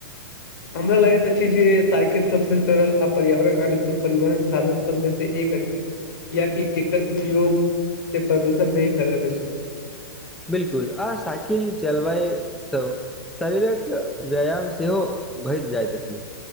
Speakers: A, on the left (about 60°); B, in the centre.
A: हमरा लगैत अछि जे साइकिल सबसे सरल आ पर्यावरण अनुकूल परिवहन साधन सबमे से एक अछि, कियाकि एकर उपयोग से प्रदूषण नहि फैलैत अछि।
B: बिलकुल, आ साइकिल चलबायसं शरीरक व्यायाम सेहो भय जाइत अछि,